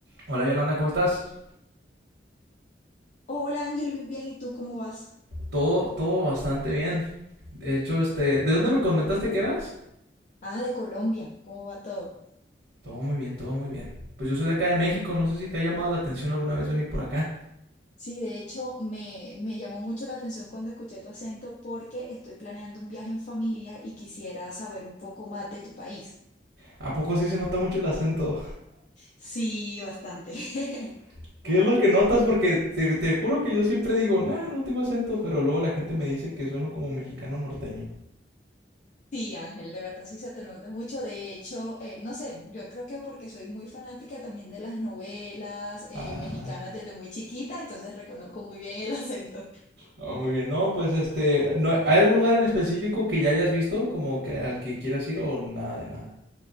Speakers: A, on the right; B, on the left.
A: Hola Yolanda, ¿cómo estás?
B: Hola Ángel, bien, bien, ¿y tú cómo vas?
A: Todo, todo bastante bien. De hecho, este, ¿de dónde me comentaste que eras?
B: Ah, de Colombia, ¿cómo va todo?
A: Todo muy bien, todo muy bien. Pues yo soy de acá de México, no sé si te ha llamado la atención alguna vez venir por acá.
B: Sí, de hecho me, me llamó mucho la atención cuando escuché tu acento porque estoy planeando un viaje en familia y quisiera saber un poco más de tu país.
A: ¿A poco sí se nota mucho el acento?
B: Sí, bastante. <laughs>
A: <laughs> ¿Qué es lo que notas? Porque te, te juro que yo siempre digo, nah, no tengo acento, pero luego la gente me dice que sueno como mexicano norteño.
B: Sí, Ángel, de verdad sí se te nota mucho. De hecho, eh, no sé, yo creo que porque soy muy fanática también de las novelas eh,
A: Ah,
B: mexicanas desde muy chiquita, entonces reconozco muy bien el acento.
A: ah, muy bien. No, pues este, ¿no hay hay algún lugar en específico que ya hayas visto, como que al que quieras ir o nada de nada?